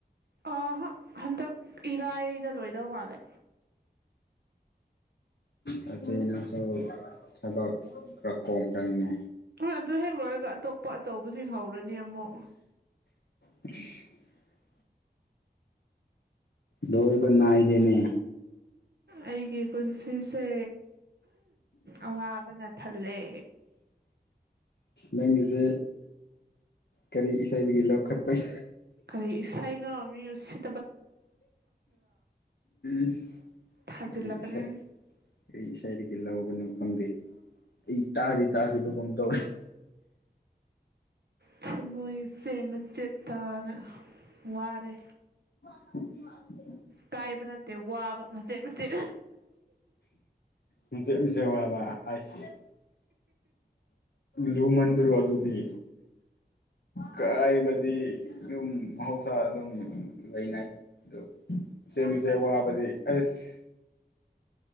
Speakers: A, on the right; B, on the left.
A: ꯑꯍ ꯍꯟꯗꯛ ꯏꯔꯥꯏꯗ ꯂꯣꯏ ꯗ‌ꯧ ꯃꯥꯂꯦ
B: ꯎ ꯑꯗꯨꯗꯤ ꯅꯪꯁꯨ ꯊꯕꯛ ꯈꯔ ꯀꯣꯝꯈ꯭ꯔꯅꯤꯅꯦ
A: ꯎ ꯑꯗꯨ ꯍꯦꯛ ꯂꯣꯏꯔꯒ ꯑꯇꯣꯞꯄ ꯑꯆꯧꯕꯁꯤꯡ ꯍꯧꯔꯅꯤ ꯅꯌꯝꯃꯣ
B: <inaudible> ꯂꯣꯏꯕ ꯅꯥꯏꯗꯦꯅꯦ
A: ꯑꯩꯒꯤ ꯄꯨꯟꯁꯤꯁꯦ ꯑꯋꯥꯕꯅ ꯊꯜꯂꯦ
B: ꯅꯪꯁꯦ ꯀꯔꯤ ꯏꯁꯩꯗꯒꯤ ꯂꯧꯈꯠꯄꯩ
A: ꯀꯔꯤ ꯏꯁꯩꯅꯣ ꯃꯤ ꯎꯆ
B: ꯏꯁ
A: ꯊꯥꯖꯤꯜꯂꯛꯀꯅꯤ
B: ꯀꯔꯤ ꯏꯁꯩ ꯀꯔꯤ ꯏꯁꯩꯗꯒꯤ ꯂꯧꯕꯅꯣ ꯈꯪꯗꯦ ꯑꯩ ꯇꯥꯗꯤ ꯇꯥꯈꯤꯕꯒꯨꯝ <unintelligible> ꯇꯣ
A: ꯨꯊꯃ‌ꯣꯏꯁ‌ꯦ ꯃꯆ‌ꯦꯠ ꯇꯥꯅ ꯋꯥꯔꯦ
B: ꯑ <inaudible>
A: ꯀꯥꯏꯕ ꯅꯠꯇꯦ ꯋꯥꯕ ꯃꯆꯦꯠ ꯃꯆꯦꯠ
B: ꯃꯆꯦꯠ ꯃꯆꯦꯠ ꯋꯥꯕ ꯑꯁ ꯂꯨꯃꯟꯗ꯭ꯔꯣ ꯑꯗꯨꯗꯤ ꯀꯥꯏꯕꯗꯤ ꯑꯗꯨꯝ ꯃꯍꯧꯁꯥ ꯑꯗꯨꯝ ꯂꯩꯅꯥꯏ ꯑꯗꯨ ꯏꯆꯦꯝ ꯏꯆꯦꯝ ꯋꯥꯕꯗꯤ ꯑꯁ